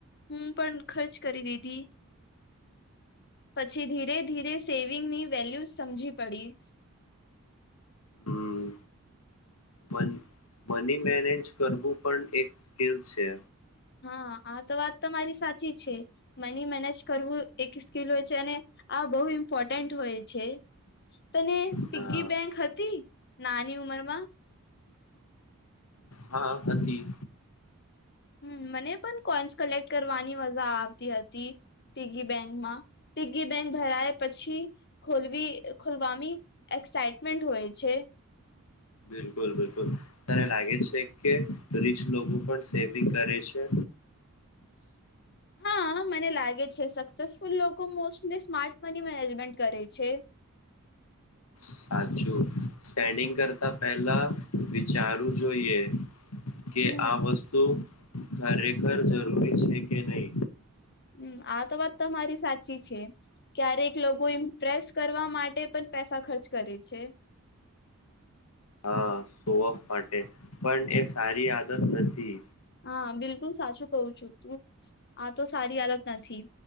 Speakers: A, on the left; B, on the left.
A: હું પણ ખર્ચ કરી દીધી પછી ધીરે ધીરે સેવિંગની વેલ્યુ સમજી પડીશ.
B: હમ્મ મન મની મેનેજ કરવું પણ એક સ્કિલ છે.
A: હા આ તો વાત તમારી સાચી છે મની મેનેજ કરવું એક સ્કીિલ હોય છે, અને આ બહુ ઇમ્પોર્ટન્ટ હોય છે તને પીગી
B: હા
A: બેંક હતી. નાની ઉંમર માં
B: હા હતી.
A: હમ્મ મને પણ કોઈન્સ કલેક્ટ કરવાની મજા આવતી હતી, પીગી બેન્કમાં પીગી બેન્ક ભરાય પછી ખોલવી ખોલવાની એક્સાઈટમેન્ટ હોય છે.
B: બિલકુલ બિલકુલ તને લાગે છે કે રીચ લોકો પણ સેવિંગ કરે છે.
A: હા મને લાગે છે સક્સેસફુલ લોકો મોસ્ટલી સ્માર્ટ મની મેનેજમેન્ટ કરે છે.
B: સાચું સ્પેન્ડિંગ કરતા પેલા વિચારવું જોઈએ. કે
A: હમ
B: આ વસ્તુ ખરેખર જરૂરી છે કે નઈ.
A: હમ્મ આ તો વાત તો મારી સાચી છે ક્યારેક લોકો ઈમ્પ્રેસ કરવા માટે પણ પેસ તા ખર્ચ કરે છે.
B: હા ગો ઓફ માટે પણ એ સારી આદત નથી.
A: હા બિલકુલ સાચું કઉ છું તું આ તો સારી આલત નથી,